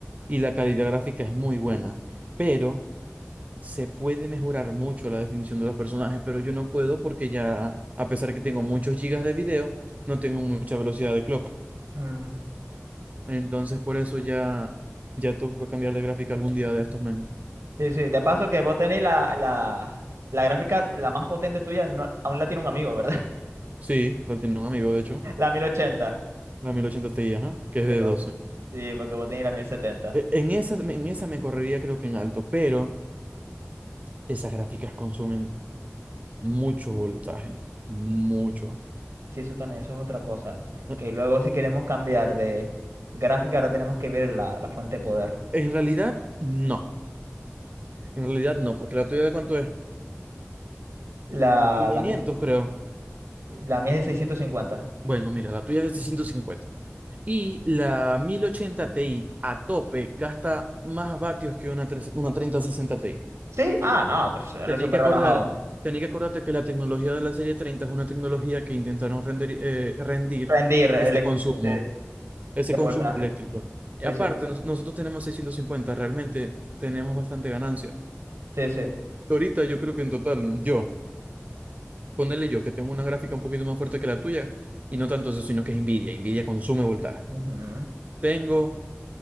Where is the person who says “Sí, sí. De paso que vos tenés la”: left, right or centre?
Right